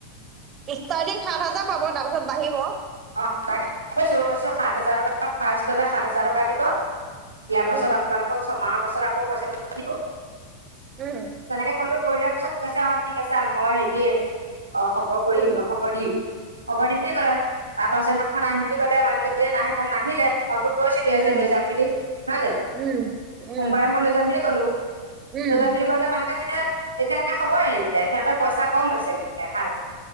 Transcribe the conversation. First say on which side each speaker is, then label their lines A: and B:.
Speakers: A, on the right; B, on the right.
A: ষ্টাৰৰ্টিং সাত হাজাৰ পাব, তাৰপিছত বাঢ়িব।
B: অ', তাকে কৈছোঁ মইছো সাত হাজাৰ টকা ফাৰষ্টতে সাত হাজাৰ টকা দিব। দিয়াৰ
A: উম,
B: পাছত আপোনালোকক ছমাহৰ পাছত আকৌ পইচাটো <unintelligible>
A: উম,
B: তেনেকে ক'লো কৰি লোৱাৰ পিছত কৈছে অ', ঠিক আছে মই হেৰি অ', খবৰ কৰিম
A: উম,
B: অ', খবৰ দিম খবৰ দিম বুলি ক'লে। তাৰ পাছৰদিনাখন আহিম বুলি ক'লে মানুহ কেইজনী নাহিলে মইতো কৈছিলোঁৱে
A: উম, উম,
B: যে লৈ যাম বুলি, নহয় জানো?
A: উম। উম,
B: সোমবাৰে মই লৈ যাম বুলি ক'লো,
A: উম,
B: লৈ যাম বুলি কওঁতে মানুহকেইজনীয়ে এতিয়ালৈকে খবৰে নিদিলে সিহঁতৰ পইচা ক'ম হৈছে বোলে সাত